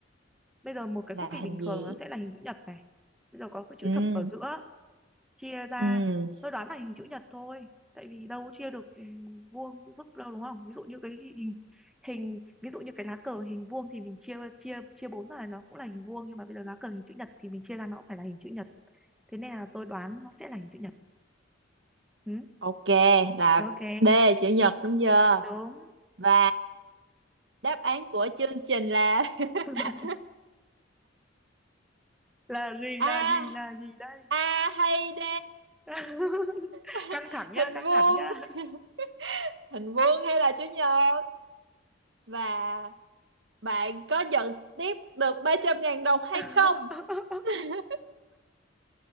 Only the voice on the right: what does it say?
là
hình
gì
ừ
ừ
ok là
D chữ nhật đúng chưa
và đáp án của chương trình là <laughs>
a
a hay d
<laughs>
hình
vuông
<laughs> hình vuông hay là chữ nhật và bạn có nhận tiếp được ba trăm ngàn đồng hay
không <laughs>